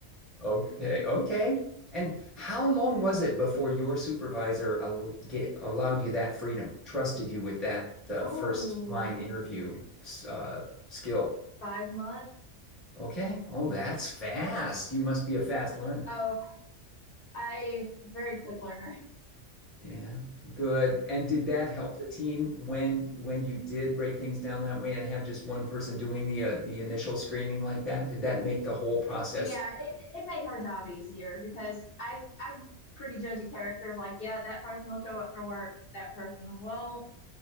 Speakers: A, in the centre; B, on the left.
A: Okay, okay. And how long was it before your supervisor al get, allowed you that freedom, trusted you with that uh,
B: Ooh,
A: first line interview uh, skill?
B: five months.
A: Okay. Oh, that's fast. You must be a fast learner.
B: Oh, I very quick learner.
A: Yeah, good. And did that help the team when when you did break things down that way and have just one person doing the uh, the initial screening like that? Did that make the whole process?
B: Yeah, it, it made her job easier because I I pretty judge a character of like, yeah, that person will show up for work, that person won't,